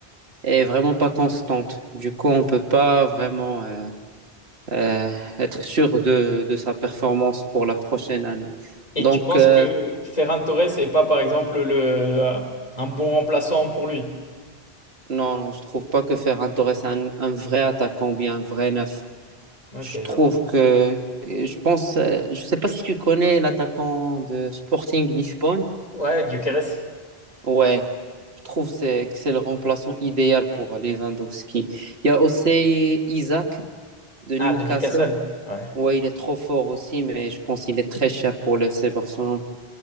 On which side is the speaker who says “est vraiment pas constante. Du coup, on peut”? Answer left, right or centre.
Right